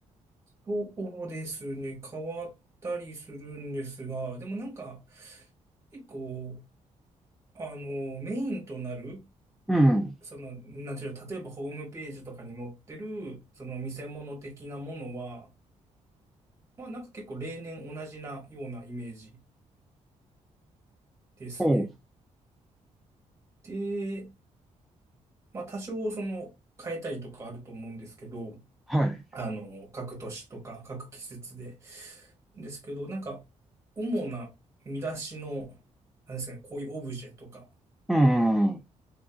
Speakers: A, on the right; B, in the centre.
A: そうですね。変わったりするんですが、でもなんか、結構、あの、メインとなる、
B: うん。
A: その、なんていうの、例えばホームページとかに載ってる、その見せ物的なものは、まあなんか結構例年同じなようなイメージですね。
B: おう、
A: でまあ、多少その変えたりとかあると思うんですけど、
B: はい。
A: あの、各年とか各季節で。ですけど、なんか、主な見出しの、なんですかね、こういうオブジェとか、
B: うん、うん、